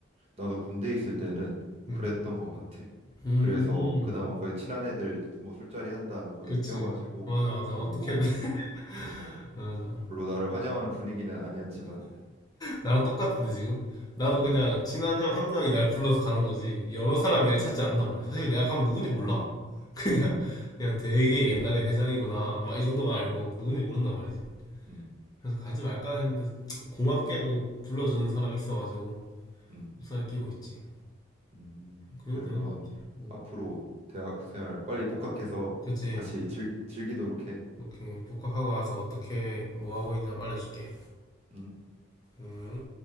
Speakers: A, on the right; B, on the left.
A: 나도 군대 있을 때는
B: 음.
A: 그랬던 것 같아.
B: 음.
A: 그래서 그나마 거의 친한 애들 뭐 술자리 한다 하면 거의
B: 그치.
A: 껴가지고
B: 맞아, 맞아.
A: 놀고,
B: 어떻게든.
A: 어,
B: <laughs> 맞아.
A: 물론 나를 환영하는 분위기는 아니었지만,
B: 나랑 똑같은데, 지금? 나도
A: 음,
B: 그냥 친한 형 한 명이 날 불러서 가는 거지. 여러 사람이 날 찾지 않는단 말이야. 사실 내가 가면 누군지 몰라.
A: 음,
B: <laughs> 그냥,
A: 음,
B: 그냥 되게 옛날에 회장이구나. 막 이 정도만 알고
A: 음,
B: 누군지 모른단 말이지.
A: 음,
B: 그래서 가지 말까 했는데, 고맙게도 불러주는 사람이 있어가지고,
A: 음,
B: 흡사를 끼고 있지.
A: 음.
B: 그
A: 그래,
B: 정도 되는
A: 그럼
B: 것 같아. 응.
A: 앞으로 대학 생활 빨리 복학해서
B: 그치.
A: 다시 즐기, 즐기도록 해.
B: 이렇게 복학하고 와서 어떻게, 뭐 하고 있냐 알려줄게.
A: 음.
B: 음.